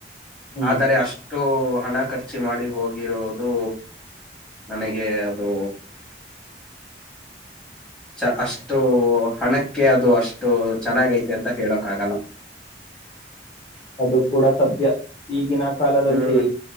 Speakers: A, on the left; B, in the centre.
A: ಹ್ಮ್
B: ಆದರೆ ಅಷ್ಟು ಹಣ ಖರ್ಚು ಮಾಡಿ ಹೋಗಿರೋದು ನನಗೆ ಅದು ಚ ಅಷ್ಟು ಹಣಕ್ಕೆ ಅದು ಅಷ್ಟು ಚೆನ್ನಾಗೈತೆ ಅಂತ ಹೇಳೋಕ್ ಆಗಲ್ಲ
A: ಅದು ಕೂಡ ಸತ್ಯ ಈಗಿನ ಕಾಲದಲ್ಲಿ
B: ಹ್ಮ್